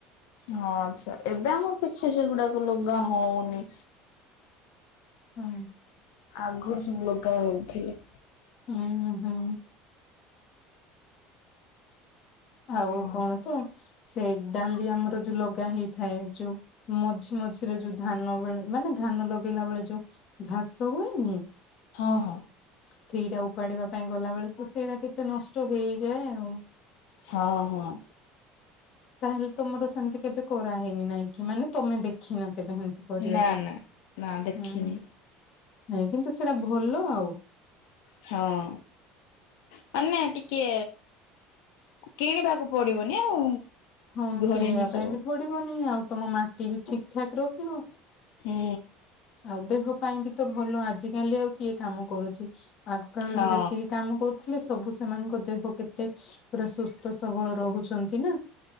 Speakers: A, on the left (about 80°); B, on the left (about 40°).
A: ହଁ ଆଚ୍ଛା ଏବେ ଆମର କିଛି ସେଗୁଡାକ ଲୁଗା ହୋଉନି।
B: ହୁଁ।
A: ଆଗରୁ ସବୁ ଲଗା ହୋଉଥିଲେ।
B: ଉଁ ହୁଁ ହୁଁ। ଆଉ
A: ହଁ
B: କଣ ତ ସେ ଡାଲି ଆମର ଯୋଉ ଲଗା ହେଇଥାଏ। ଯୋ ମଝି ମଝିରେ ଯୋଉ ଧାନ ବେଳେ ମାନେ ଧାନ ଲଗେଇଲା ବେଳେ ଯୋଉ ଘାସ ହୁଏନି
A: ହଁ ହଁ।
B: ସେଇଟା ଉପାଡିବା ପାଇଁ ଗଲା ବେଳେ ତ ସେଇଟା କେତେ ନଷ୍ଟ ହେଇଯାଏ ଆଉ।
A: ହଁ ହଁ।
B: ତାହେଲେ ତମର ସେମିତି କେବେ କରାହଇନି, ନାଇଁ କି ମାନେ ତମେ ଦେଖିନ କେବେ ହେମିତି। କରିବାର।
A: ନା ନା ନା ଦେଖିନି
B: ହୁଁ ନାଇଁ କିନ୍ତୁ ସେରା ଭଲ ଆଉ।
A: ହଁ ମାନେ ଟିକେ କିଣିବାକୁ ପଡିବନି ଆଉ।
B: ହଁ
A: ଘରେ
B: କିଣିବା
A: ହିଁ
B: ପାଇଁ
A: ସବୁ
B: ବି ପଡିବନି, ଆଉ ତମ ମାଟି ବି ଠିକ୍ ଠାକ୍ ରହିବ।
A: ହୁଁ।
B: ଆଉ ଦେହ ପାଇଁ ବି ତ ଭଲ ଆଜିକାଲି ଆଉ କିଏ କାମ କରୁଚି। ଆଗ କାଳରେ
A: ହଁ
B: ଯେତିକି କାମ କରୁଥିଲେ ସବୁ ସେମାନଙ୍କ ଦେହ କେତେ ପୁରା ସୁସ୍ଥ ସବଳ ରହୁଚନ୍ତି ନା।